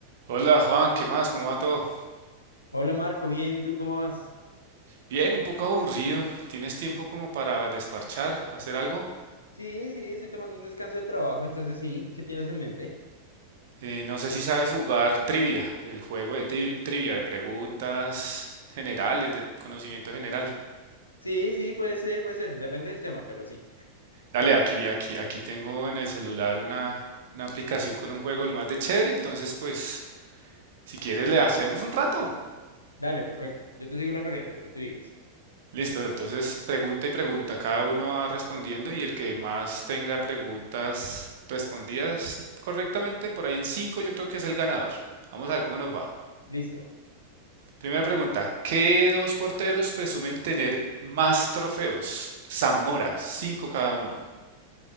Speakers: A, on the right; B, on the left.
A: Hola Juan, ¿qué más? ¿Cómo va todo?
B: Hola Marco, bien, ¿tú cómo vas?
A: Bien, un poco aburrido. ¿Tienes tiempo como para desparchar, hacer algo?
B: Sí, sí, estoy tomando un descanso de trabajo, entonces sí, ¿qué tienes en mente?
A: Eh, no sé si sabes jugar trivia, el juego de tri- trivia, de preguntas generales, de conocimiento general.
B: Sí, sí, puede ser, puede ser, depende del tema, pero sí.
A: Dale, aquí, aquí, aquí tengo en el celular una, una aplicación con un juego lo más de chévere, entonces pues si quieres le hacemos un rato.
B: Dale, perfecto, yo te sigo la corriente, lo que tú digas.
A: Listo, entonces pregunta y pregunta, cada uno va respondiendo y el que más tenga preguntas respondidas correctamente, por ahí en cinco yo creo que es el ganador. Vamos a ver cómo nos va.
B: Listo.
A: Primera pregunta, ¿qué dos porteros presumen tener más trofeos? Zamora, cinco cada uno.